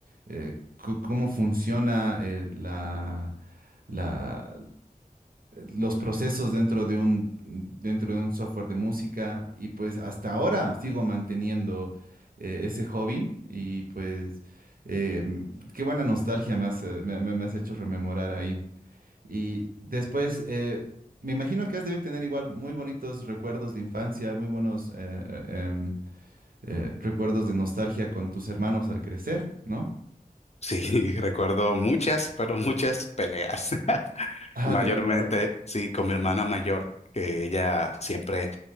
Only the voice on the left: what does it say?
Sí, <laughs> recuerdo muchas, pero muchas peleas. <laughs>
Mayormente,
sí, con mi hermana mayor, que ella siempre